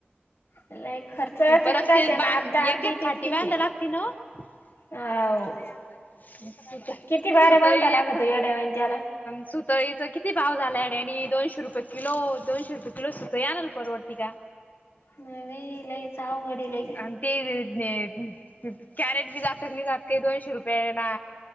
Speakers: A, on the left; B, on the left.
A: लई खर्च तितकाच
B: परत ते
A: आहे ना
B: बा
A: आपदा आपदी
B: एक एक
A: तितकीच
B: फाटी बांधा
A: आहे.
B: लागते नव <unintelligible>
A: हाव किती बाऱ्या
B: सूता
A: बांधा
B: येत
A: लागतो येड्यावानी त्याला.
B: सुतळीच किती भाव झालाय अ आणि दोनशे रुपये किलो, दोनशे रुपये किलो सुतळी आणल परवडती का?
A: नाही बाई लईच अवघड हे लई
B: आणि ते कॅरेट बी जातक नाही, जात काही दोनशे रुपये ना